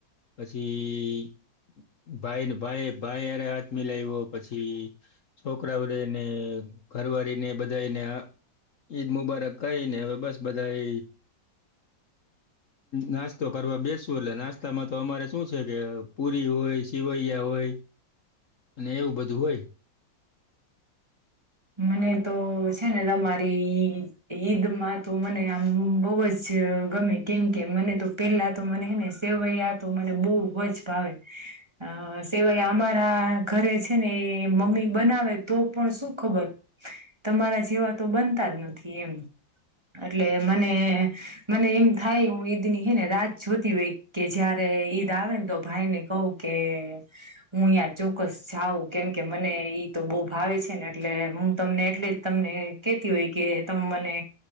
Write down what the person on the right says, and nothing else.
મને તો છે ને, તમારી ઈ ઈદમાં તો મને આમ બહુ જ ગમે, કેમ કે મને તો પેલા તો મને હે ને સેવૈયા તો મને બહુ વજ ભાવે. અ સિવાય અમારા ઘરે છે ને એ મમ્મી બનાવે તો પણ શું ખબર તમારા જેવા તો બનતા જ નથી એમ એટલે મને મને એમ થાય હું ઈદની હે ને રાત જોતી હોય કે જયારે ઈદ આવે ને તો ભાઈને કહું કે હું અહં ચોક્કસ જાઉં કેમ કે મને ઈ તો બહુ ભાવે છે ને એટલે હું તમને એટલે જ તમને કેતી હોય કે તમે મને